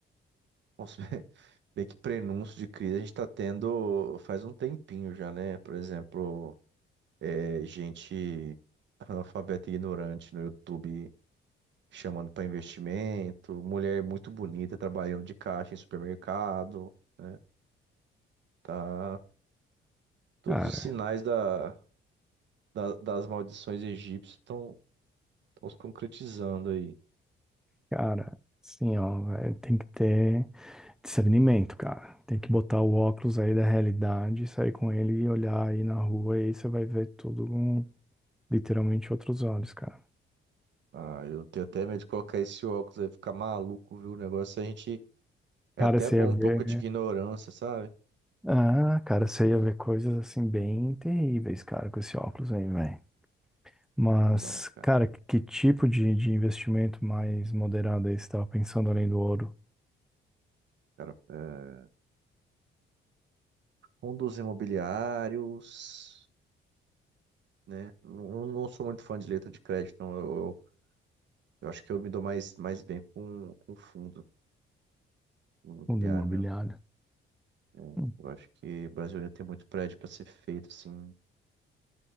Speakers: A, on the right; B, in the centre.
A: consumindo. <laughs> Bem que prenúncio de crise a gente tá tendo faz um tempinho já, né? Por exemplo, é, gente <laughs> analfabeta e ignorante no YouTube chamando para investimento, mulher muito bonita trabalhando de caixa em supermercado, né? Tá, todos
B: Cara,
A: os sinais da, da- das maldições egípcias estão Estão se concretizando aí.
B: cara, assim, ó, velho, tem que ter discernimento, cara. Tem que botar o óculos aí da realidade, sair com ele e olhar aí na rua, e aí você vai ver tudo com literalmente outros olhos, cara.
A: Ah, eu tenho até medo de colocar esse óculos aí, ficar maluco, viu? O negócio a gente. É
B: Cara,
A: até
B: você
A: bom
B: ia ver.
A: um pouco de ignorância, sabe?
B: Ah, cara, você ia ver coisas assim bem terríveis, cara, com esse óculos aí, velho. Mas,
A: Então, cara,
B: cara, que tipo de, de investimento mais moderado aí você estava pensando além do ouro?
A: cara, é... fundos imobiliários, né? Não, não sou muito fã de letra de crédito, não. Eu, eu, eu acho que eu me dou mais, mais bem com, com fundo imobiliário
B: Fundo imobiliário.
A: mesmo. É,
B: Hum,
A: eu acho que o Brasil ainda tem muito prédio para ser feito, assim,